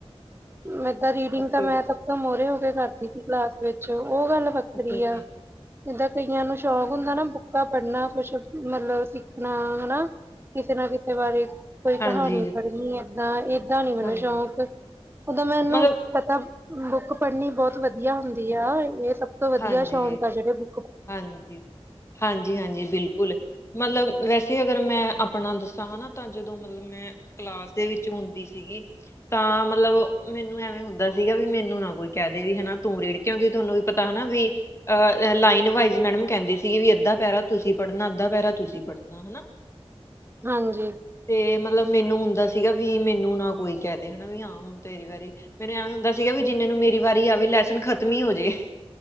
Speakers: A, on the right (about 20°); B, on the left (about 25°).
A: ਮੈਂ ਤਾਂ ਰੀਡਿੰਗ
B: ਓਕੇ,
A: ਤਾਂ ਮੈਂ ਸਭ ਤੋਂ ਮੋਹਰੇ ਹੋ ਕੇ ਕਰਦੀ ਸੀ ਕਲਾਸ ਵਿੱਚ ਉਹ ਗੱਲ ਵੱਖਰੀ
B: ਓਕੇ, ਓਕੇ।
A: ਆ। ਇਦਾਂ ਕਈਆਂ ਨੂੰ ਸ਼ੌਕ ਹੁੰਦਾ ਨਾ ਬੁੱਕਾਂ ਪੜਨਾ ਕੁਛ ਮਤਲਬ ਸਿੱਖਣਾ ਹਨਾ। ਕਿਸੇ ਨਾ ਕਿਸੇ ਬਾਰੇ ਕੋਈ
B: ਹਾਂਜੀ।
A: ਕਹਾਣੀ ਪੜ੍ਹਨੀ ਇਦਾਂ ਇਦਾਂ ਨੀ ਮੈਨੂੰ
B: ਹਾਂਜੀ,
A: ਸ਼ੌਕ ਓਦੋਂ ਮੈਨੂੰ
B: ਮਤਲਬ
A: ਪਤਾ ਬੁੱਕ ਪੜ੍ਹਨੀ ਬਹੁਤ ਵਧੀਆ ਹੁੰਦੀ ਆ ਇਹ ਸਭ ਤੋਂ ਵਧੀਆ
B: ਹਾਂਜੀ,
A: ਸ਼ੌਂਕ ਆ ਜਿਹੜੇ ਬ
B: ਹਾਂਜੀ ਹਾਂਜੀ ਹਾਂਜੀ ਬਿਲਕੁਲ। ਮਤਲਬ ਵੈਸੇ ਅਗਰ ਮੈਂ ਆਪਣਾ ਦੱਸਾਂ ਹਨਾ ਤਾਂ ਜਦੋਂ ਮਤਲਬ ਮੈਂ ਕਲਾਸ ਦੇ ਵਿੱਚ ਹੁੰਦੀ ਸੀਗੀ। ਤਾਂ ਮਤਲਬ ਮੈਨੂੰ ਐਵੇਂ ਹੁੰਦਾ ਸੀਗਾ ਵੀ ਮੈਨੂੰ ਨਾ ਕੋਈ ਕਹਿ ਦੇ ਵੀ ਹਨਾ ਤੂੰ ਰੀੜ ਕਿਉਂਕਿ ਤੁਹਾਨੂੰ ਵੀ ਪਤ ਹਨਾ ਵੀ ਅਹ ਲਾਈਨ ਵਾਈਸ ਮੈਡਮ ਕਹਿੰਦੇ ਸੀਗੀ ਵੀ ਅੱਧਾ ਪੈਰਾ ਤੁਸੀਂ ਪੜਨਾ ਅੱਧਾ ਪਹਿਰਾ ਤੁਸੀਂ ਪੜਨਾ ਹਨਾ।
A: ਹਾਂਜੀ।
B: ਫਿਰ ਮਤਲਬ ਮੈਨੂੰ ਹੁੰਦਾ ਸੀਗਾ ਵੀ ਮੈਨੂੰ ਨਾ ਕੋਈ ਕਹਿ ਦੇ ਹਨਾ ਵੀ ਹਾਂ। ਹੁਣ ਤੇਰੀ ਵਾਰੀ ਮੈਨੂੰ ਐਵੇਂ ਹੁੰਦਾ ਸੀਗਾ ਵੀ ਜਿੰਨੇ ਨੂੰ ਮੇਰੀ ਵਾਰੀ ਆਵੇ ਲੈਸਨ ਖਤਮ ਹੀ ਹੋ ਜਾਏ।